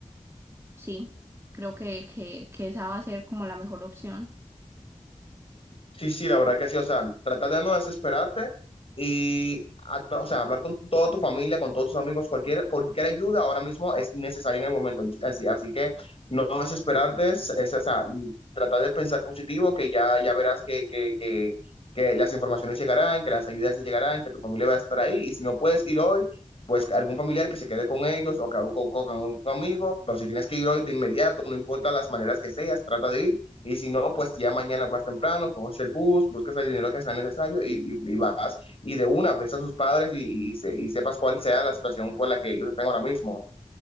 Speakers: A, on the right; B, on the left.
A: Sí, creo que, que, que esa va a ser como la mejor opción.
B: Sí, sí, la verdad que sí, o sea, tratar de no desesperarte y, actua- o sea, hablar con toda tu familia, con todos tus amigos, cualquier, cualquier ayuda ahora mismo es necesaria en el momento, así, así que no desesperarte, es, es, o sea, tratar de pensar positivo, que ya, ya verás que, que, que, que las informaciones llegarán, que las ayudas llegarán, que tu familia va a estar ahí, y si no puedes ir hoy, pues algún familiar que se quede con ellos o que- o- o con un amigo, pero si tienes que ir hoy de inmediato, no importa las maneras que seas, trata de ir y si no, pues ya mañana vas temprano, coges el bus, buscas el dinero que sea necesario y, y- y vas y de una ves a sus padres y, y se- y sepas cuál sea la situación por la que ellos estén ahora mismo.